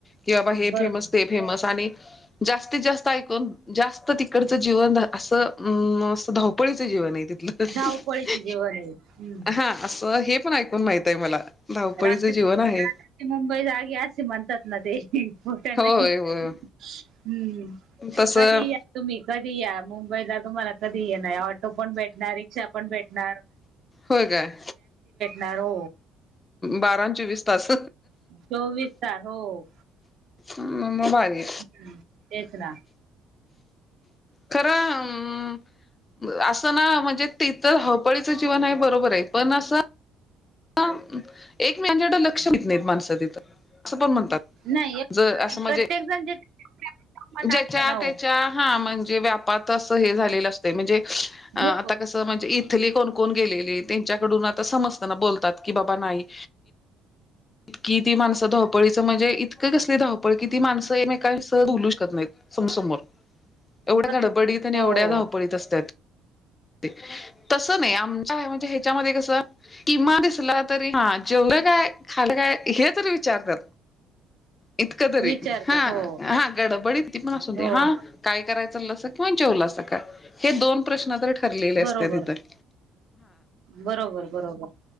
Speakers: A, on the left (about 30°); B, on the right (about 55°).
A: कि बाबा हे
B: बरोबर.
A: फेमस ते फेमस आणि जास्तीत जास्त ऐकून जास्त तिकडचं जीवन असंं धावपळीच जीवन आहे तिथलं
B: धावपळीचं जीवन आहे. हम्म.
A: हा असं हे पण ऐकून माहित आहे मला धावपळीचं
B: रात्री
A: जीवन आहे
B: रात्रीची मुंबई जागी असते म्हणतात ना ते हो त्यांना
A: होय
B: की
A: होय
B: हम्म
A: तसं
B: कधीही या तुम्ही कधीही या मुंबईला तुम्हाला कधीही या ऑटो पण भेटणार, रिक्षा पण भेटणार
A: होय काय
B: नारो
A: बारानं चोवीस तास
B: चोवीस तास. हो.
A: मग भारी
B: हम्म तेच ना
A: खरं मं असं ना म्हणजे ते तर धावपळीचं जीवन आहे बरोबर आहे पण असं हं एकमेकांच्याकड लक्ष देतं नाहीत माणसं तिथं पण म्हणतात
B: नाही
A: बं असं म्हणजे
B: प्रत्येक जण जे मत
A: ज्यांच्या
B: असत ना हो
A: त्यांच्या हा म्हणजे व्या भात असं हे झालेल असतय म्हणजे आता
B: हो हो
A: कसं म्हणजे इथली कोण कोण गेलेले त्यांच्याकडून आता समजताना बोलतात की बाबा नाही इतकी ती माणसं धावपळीचं म्हणजे इतकं कसली धावपळ की ती माणसं एकमेकांसह बोलू शकत नाहीत सम समोर एवढ्या
B: बर-
A: गडबडीत आणि
B: हो
A: एवढ्या
B: हो
A: धावपळीत असत्यात तसं नाही आमच्या म्हणजे ह्याच्यामध्ये कसं किमान हे जेवलं काय खालं काय हे तरी विचारत्यात इतकं तरी
B: विचारतात
A: हा
B: हो
A: हा गडबडी कितीपण असू दे
B: हो
A: हा
B: हो.
A: काय काय कराय चाललासा किंवा जेवलासा काय हे दोन प्रश्न तरी ठरलेले असत्यात
B: बरोबर
A: इथं
B: बरोबर बरोबर